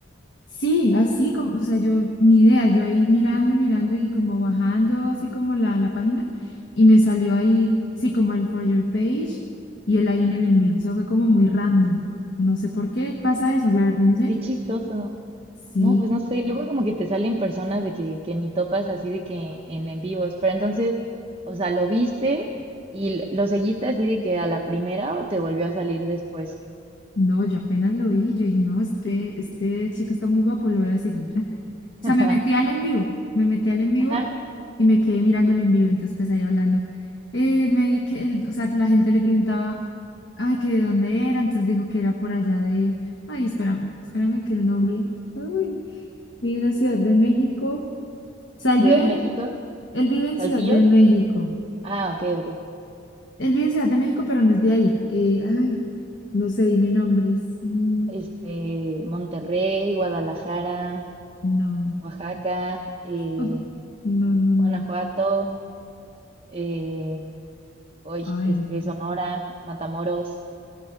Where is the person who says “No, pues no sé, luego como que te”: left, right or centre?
Right